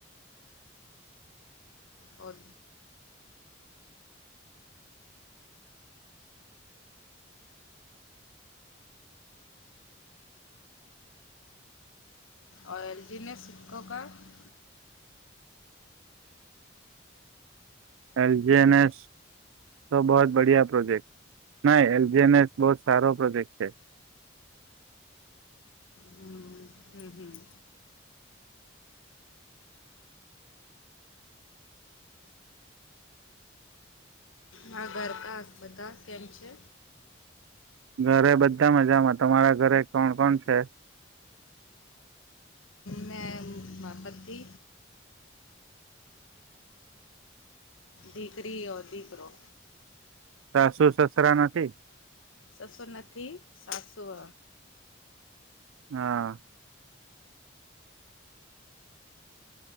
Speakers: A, on the left; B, on the right.
A: ઓ ઓ એલજીીને શિક્ખકો કા <unintelligible>
B: એલ જી એન એસ. તો બહ જ બડિયા પ્રોજેક્ટ ના એલ જી એન એસ બહુ સારો પ્રોજેક્ટ છે.
A: હમ હમ હમ. હ દ્વારકા હસ્પતા કેમ છે?
B: ઘરે બધા મજામાં તમારા ઘરે કોણ કોણ છે?
A: મે મારા પતિ. દીકરીઓ દીકરો.
B: સાસું સસરા નથી?
A: સાસુર નથી સાસુ હ.
B: હા.